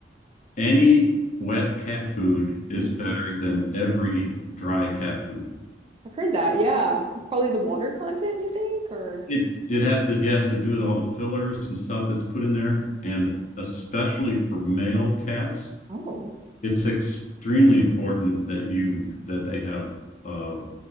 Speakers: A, on the left (about 45°); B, on the right (about 30°).
A: any wet cat food is
B: hmm.
A: better than every dry cat food.
B: I've heard that. Yeah. Probably the water content, you think, or
A: It it has to yeah, it has to do with all the fillers and stuff that's put in there, and especially for male cats,
B: Oh. <laughs>
A: it's extremely important that you that they have uh,